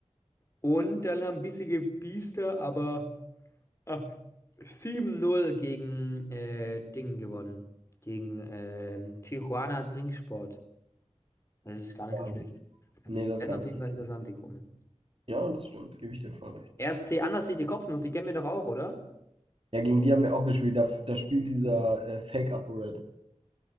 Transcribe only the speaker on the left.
Und dann haben Bissige Biester aber ah, 7-0 gegen äh, Ding gewonnen. Gegen ähm, Tijuana Trinksport. Das ist gar nicht
so schlecht. Also
die
werden
auf
jeden
Fall interessant,
die Gruppen.
RSC Anderslicht, die Kopfnuss, die kennen wir doch auch, oder?